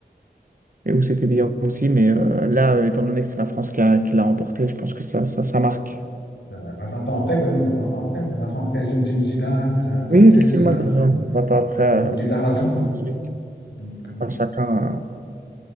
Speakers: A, on the right; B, on the left.
A: et où c'était bien aussi. Mais euh, là, euh, étant donné que c'est la France qui a- qui l'a remporté, je pense que ça, ça, ça marque.
B: C'est vrai. Bah, 20 ans après, quand même, Vingt ans après, 20 ans après, c'est Zinedine Zidane, euh, Barthez,
A: Oui, effectivement,
B: euh,
A: effectivement. vingt ans après,
B: euh,
A: euh,
B: les Arazou,
A: 98,
B: Mm, quand même.
A: enfin, chacun a